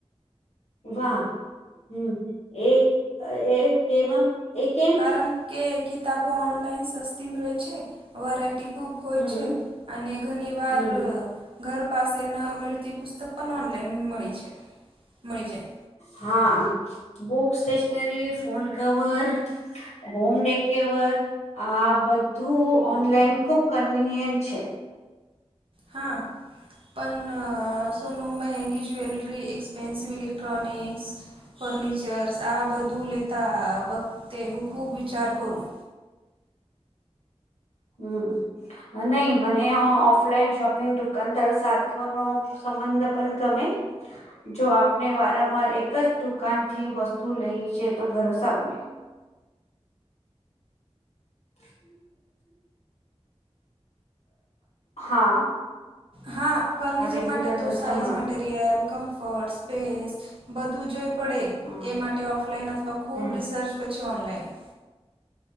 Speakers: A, on the left; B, on the right.
A: વા હમ એકવ એક
B: કારણ કે કિતાબો ઓનલાઈન સસ્તી મેે છે વરાયટી ખૂબ હોય
A: હમ
B: છે અને ઘણી વાર
A: હમ
B: ઘર પાસે ન મેળતી પુસ્તક પણ ઓનલાઈન મળી છે મળી જાય.
A: હા book stationery phone cover home decor. આ બધું ઓનલાઈન ખુબ કન્વીિનિયન્ટ છે.
B: હા પણ સો ન મંંગી જ્વેલરી એક્સપેન્સિવ લેક્ટ્રોનિકસ ફર્નિચર્સ આ બધું લેતા વખતે હું ખૂબ વિચાર કરું.
A: હમ નહી મને ઓફલાઈન શોપિંગ દુકાનદાર સાથોનો સંબંધ પણ ગમે. જો આપણે વારંવાર એક જ દુકાન થી વસ્તુ લઈ છે, તો ભરોસા બને. હ. હા.
B: હા, ફર્નિચર
A: હા રેગ્યુલર
B: માટે તો
A: કસ્ટમર
B: સાઈઝ માટે. મફર્ટ સ્પેસ બધું જો પડે,
A: હમ
B: એ માટે ઓફલાઈન અથવા ખૂબ
A: હમ
B: રિસર્ચ પછી ઓનલાઈન